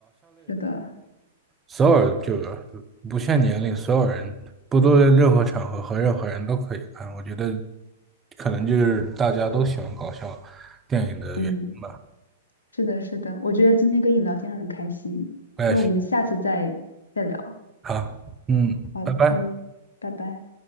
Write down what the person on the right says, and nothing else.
所有就是不限年龄，所有人不论任何场合和任何人都可以看。我觉得可能就是大家都喜欢搞笑电影的原因。
我也是。
好，嗯，
拜拜。